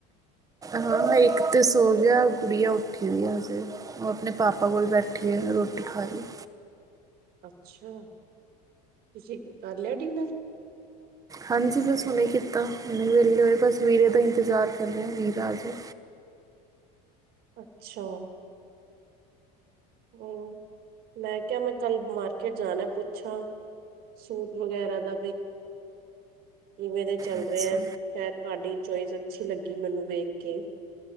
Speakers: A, on the right (about 15°); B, on the right (about 50°).
A: ਹਾਂ ਇੱਕ ਤੇ ਸੋ ਗਿਆ, ਗੁੜੀਆਂ ਉੱਠੀ ਦੀ ਹਜੇ। ਉਹ, ਆਪਣੇ ਪਾਪਾ ਕੋਲ ਬੈਠੀ ਹੈ, ਰੋਟੀ ਖਾ ਰਹੀ ਹੈ।
B: ਅੱਛਾ, ਤੁਸੀਂ ਕਰ ਲਿਆ ਡਿਨਰ?
A: ਹਾਂਜੀ, ਬਸ ਹੁਣੇ ਕੀਤਾ, ਹੁਣੇ ਵਿਹਲੇ ਹੋਏ, ਬਸ ਵੀਰੇ ਦਾ ਇੰਤਜ਼ਾਰ ਕਰ ਰਹੇ ਹਾਂ, ਵੀਰਾ ਆ ਜਾਏ।
B: ਅੱਛਾ। ਹੋਰ, ਮੈਂ ਕਿਹਾ, ਮੈਂ ਕੱਲ ਮਾਰਕੀਟ ਜਾਣਾ ਪੁੱਛਾਂ? ਸੂਟ, ਵਗੈਰਾ ਦਾ ਵੀ। ਕਿਵੇਂ, ਦੇ ਚੱਲ
A: ਅੱਛਾ
B: ਰਹੇ ਆ? ਸ਼ਾਇਦ ਤੁਹਾਡੀ ਚੋਇਸ ਅੱਛੀ ਲੱਗੀ, ਮੈਨੂੰ ਵੇਖ ਕੇ।